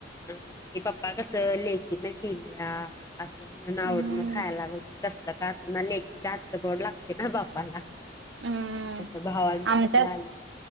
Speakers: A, on the left; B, on the right.
A: आमचे ते पप्पा कसं लेकीन केल्या. असं म्हणून आवडीन
B: हम्म
A: खायला लागत, कसलं का असं ना लेकीच्या आातचं बोड लागते ना बापाला.
B: हम्म
A: तसं भावांचं
B: आमच्यात,
A: कुठलं आलं